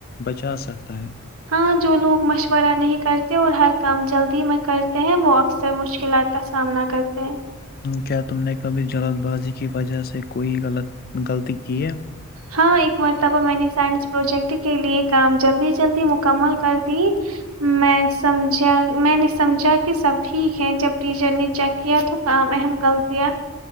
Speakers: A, on the left; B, on the right.
A: بچا سکتا ہے
B: ہاں جو لوگ مشورہ نہیں کرتے اور ہر کام جلدی میں کرتے ہیں وہ اکثر مشکلات کا سامنا کرتے ہیں
A: کیا تم نے کبھی جلد بازی کی وجہ سے کوئی غلط غلطی کی ہے
B: ہاں ایک مرتبہ میں نے سائنس پروجیکٹ کے لیے کام جلدی جلدی مکمل کر دی میں سمجھا میں نے سمجھا کہ سب ٹھیک ہے جب ٹیچر نے چیک کیا تو کام اہم غلطیاں